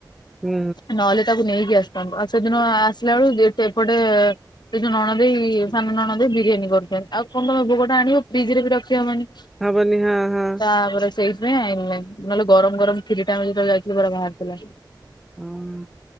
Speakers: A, in the centre; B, on the left.
A: ହୁଁ
B: ନହେଲେ ତାକୁ ନେଇକି ଆସଥାନ୍ତୁ, ଆଉ ସେଦିନ ଆସିଲା ଏଳକୁ ଦିଉଟେ ଏପଟେ ସେ ଯୋଉ ନଣଦେଇ ସାନ ନଣଦେଇ ବିରିୟାନୀ କ ଥିଲେ ଆଉ କଣ ତମେ ଭୋଗଟା ଆଣିବ ଫ୍ରିଜରେ ବି ରଖି ହବନି
A: ହବନି ହଁ ହଁ
B: ତାପରେ ସେଇଥିପାଇଁ ଆଇଲୁନେଇ ନହେଲେ ଗରମ ଗରମ କ୍ଷୀରିଟା ଆମେ ଯେତେବେଳେ ଯାଇଥିଲୁ ପୁରା ବାହାରିଥିଲା।
A: ହଁ